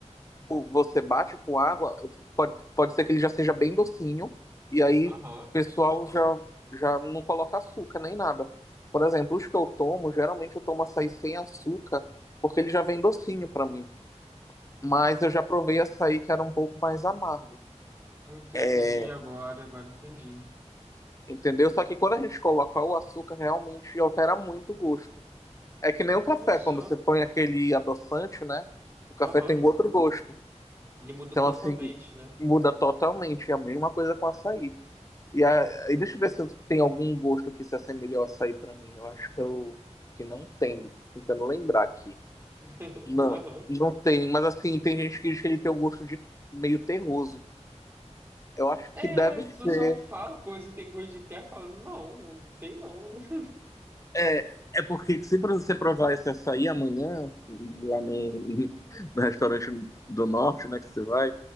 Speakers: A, on the left; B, on the right.
A: você bate com água, pode, pode ser que ele já seja bem docinho, e aí
B: Aham.
A: o pessoal já, já não coloca açúcar nem nada. Por exemplo, os que eu tomo, geralmente eu tomo açaí sem açúcar, porque ele já vem docinho pra mim. Mas eu já provei açaí que era um pouco mais amargo.
B: Entendi
A: É,
B: agora, agora entendi.
A: entendeu? Só que quando a gente coloca o açúcar, realmente altera muito o gosto. É que nem o café,
B: Olha só.
A: quando você põe aquele adoçante, né? O café
B: Aham.
A: tem outro gosto.
B: Ele muda
A: Então,
B: totalmente,
A: assim,
B: né?
A: muda totalmente. É a mesma coisa com açaí. E aí, deixa eu ver se eu- tem algum gosto que se assemelhe ao açaí pra mim. Eu acho que, eu, que não tem, Tô tentando lembrar aqui.
B: <laughs>
A: Não,
B: Aham.
A: não tem, mas assim, tem gente que diz que ele tem um gosto de meio terroso. Eu acho que
B: É,
A: deve
B: o pessoal
A: ser.
B: fala coisa, tem gosto de quer, fala, não, não tem não. <laughs>
A: É, é porque se pra você provar esse açaí amanhã, lá no, <laughs> no restaurante do norte, né, que você vai,